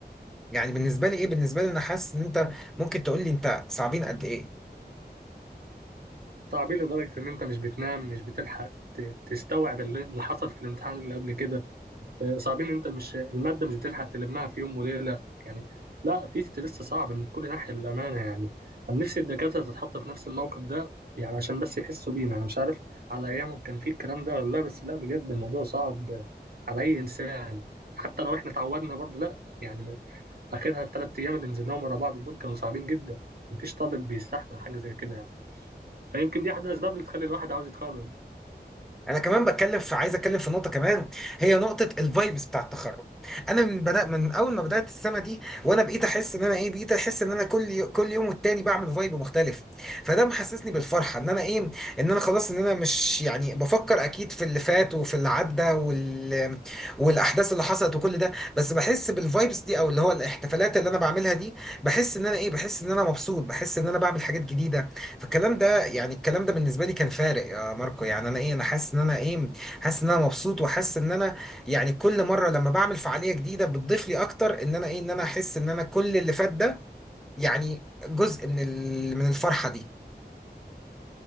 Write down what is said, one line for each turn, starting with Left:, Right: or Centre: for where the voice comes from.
Centre: يعني بالنسبة لي إيه بالنسبة لي أنا حاسس إن أنت ممكن تقول لي أنت صعبين قد إيه
Right: صعبين لدرجة إن أنت مش بتنام مش بتلحق ت- تستوعب اللي اللي حصل في الامتحان اللي قبل كده آه، صعبين إن أنت مش المادة مش بتلحق تلمها في يوم وليلة يعني لا في ستريس صعب من كل ناحية للأمانة يعني أنا نفسي الدكاترة تتحط في نفس الموقف ده يعني عشان بس يحسوا بينا أنا مش عارف على أيامهم كان في الكلام ده ولا لا بس لا بجد الموضوع صعب على أي إنسان حتى لو إحنا اتعودنا برضه لا يعني ما- آخرها الثلاث أيام اللي نزلناهم ورا بعض دول كانوا صعبين جدا مفيش طالب بيستحمل حاجة زي كده يعني. فيمكن دي احد الاسباب اللي تخلي الواحد عاوز يتخرج
Centre: انا كمان بتكلم في عايز اتكلم في نقطه كمان هي نقطه الفايبس بتاع التخرج انا من بدا من اول ما بدات السنه دي وانا بقيت احس ان انا ايه بقيت احس ان انا كل يو... كل يوم والتاني بعمل فايب مختلف فده محسسني بالفرحه ان انا ايه ان انا خلاص ان انا مش يعني بفكر اكيد في اللي فات وفي اللي عدى وال... والاحداث اللي حصلت وكل ده بس بحس بالفايبس دي او اللي هو الاحتفالات اللي انا بعملها دي بحس ان انا ايه بحس ان انا مبسوط بحس ان انا بعمل حاجات جديده فالكلام ده يعني الكلام ده بالنسبه لي كان فارق يا ماركو يعني انا ايه انا حاسس ان انا ايه حاسس ان انا مبسوط وحاسس ان انا يعني كل مره لما بعمل فعاليه جديده بتضيف لي اكتر ان انا ايه ان انا احس ان انا كل اللي فات ده يعني جزء من ال- من الفرحه دي